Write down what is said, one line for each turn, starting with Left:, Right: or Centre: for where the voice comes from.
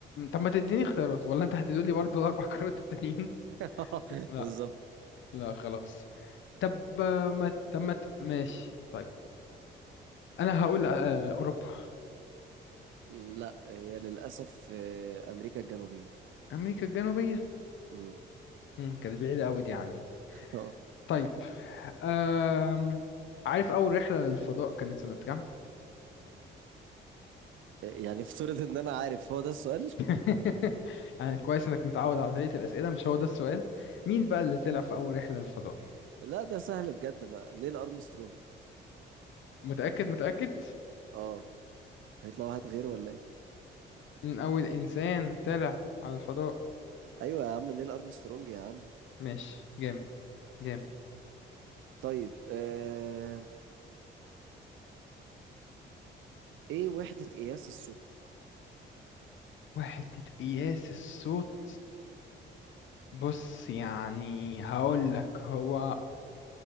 Left: طب ما تديني اختيارات ولا انت هتدولي برضو <laughs> الاربع قارات التانيين
Right: <laughs>
Left: <laughs> لا
Right: بالظبط
Left: لا خلاص طب آه، ما طب ما ت- ماشي طيب انا هقول آه، اوروبا
Right: م، لا هي للأسف آه أمريكا الجنوبية
Left: امريكا الجنوبيه
Right: م.
Left: امم كانت بعيده قوي دي عني
Right: <laughs> آه.
Left: طيب أم... عارف اول رحله للفضاء كانت سنه كام
Right: يعني افترض إن أنا عارف هو ده السؤال
Left: <laughs> يعني كويس انك متعود على طريقه الاسئله مش هو ده السؤال مين بقى اللي طلع في اول رحله للفضاء
Right: <laughs> لا ده سهل بجد بقى نيل أرمسترونج
Left: متاكد متاكد
Right: اه هيطلع واحد غيره ولا إيه
Left: من اول انسان طلع على الفضاء
Right: أيوة يا عم نيل أرمسترونج يا عم
Left: ماشي جامد جامد
Right: طيب آه إيه وحدة قياس الصوت
Left: وحدة قياس الصوت بص يعني هقول لك هو